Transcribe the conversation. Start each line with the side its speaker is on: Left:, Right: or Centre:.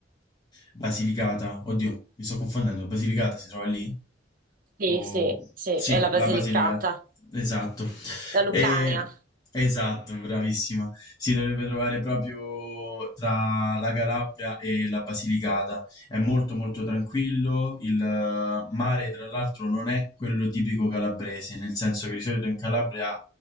Left: Basilicata. Oddio, mi sto confondendo. Basilicata si trova lì?
Right: Sì,
Left: O-
Right: sì, sì,
Left: sì,
Right: è la Basilicata,
Left: la Basilicata, esatto.
Right: la Lucania.
Left: E- esatto, bravissima. Si dovrebbe trovare proprio tra la Calabria e la Basilicata. È molto molto tranquillo. Il eh, mare, tra l'altro, non è quello tipico calabrese, nel senso che di solito in Calabria